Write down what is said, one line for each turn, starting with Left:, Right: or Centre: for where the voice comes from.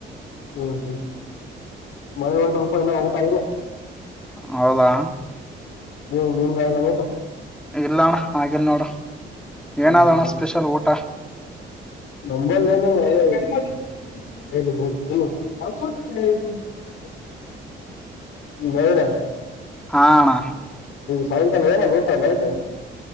Left: ಹ್ಮ್ ಹ್ಮ್ ಹ್ಮ್ ಮಳಿ ಹೊಂಟದಪ್ಪ ಇನ್ನ ಊಟ ಆಗಿಲ್ಲ
Centre: ಹೌದಾ
Left: ನೀ ನಿಮ ಗಾನಪ್ಪ
Centre: ಇಲ್ಲಣ್ಣ ಆಗಿಲನೋಡ
Left: ಹ್ಮ್
Centre: ಏನಾದಣ್ಣ
Left: ಹ್ಮ್
Centre: ಸ್ಪೆಷಲ್ ಊಟ
Left: <unintelligible>
Centre: ಹಾ ಅಣ್ಣ
Left: ಸಾಯಂಕಾಲ ಏನ್ ಆದ ಊಟ ನೈಟ್